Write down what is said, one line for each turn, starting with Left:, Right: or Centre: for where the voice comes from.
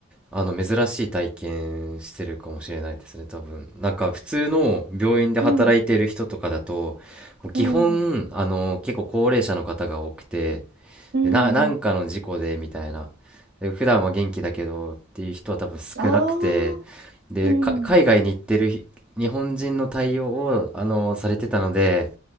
Centre: あの珍しい体験してるかもしれないですね多分なんか普通の病院で働いてる人とかだともう基本あの結構高齢者の方が多くて
Right: うん、うん、うん。
Centre: でな、なんかの事故でみたいなで普段は元気だけどっていう人は多分少なくて
Right: ああ、
Centre: でか海外に行ってるひ日本人の対応をあのされてたので
Right: うん、